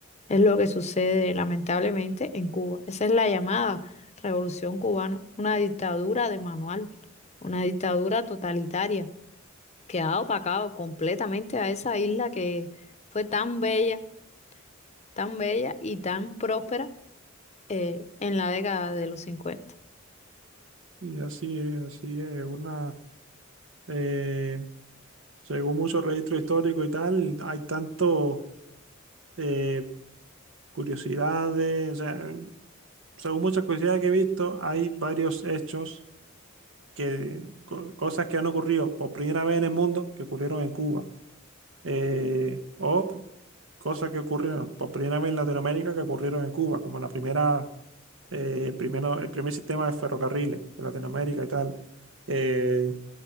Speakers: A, on the left; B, on the right.
A: Es lo que sucede lamentablemente en Cuba. Esa es la llamada revolución cubana, una dictadura de manual, una dictadura totalitaria quedado opacado completamente a esa isla que fue tan bella, tan bella y tan próspera eh, en la década de los 50.
B: Y así es, así es, una... Eh, según muchos registros históricos y tal, hay tanto eh, curiosidades, o sea, según muchas curiosidades que he visto, hay varios hechos que, co- cosas que han ocurrido por primera vez en el mundo que ocurrieron en Cuba, eh, o p- cosas que ocurrieron por primera vez en Latinoamérica que ocurrieron en Cuba, como la primera, eh, primero, el primer sistema de ferrocarriles en Latinoamérica y tal. Eh,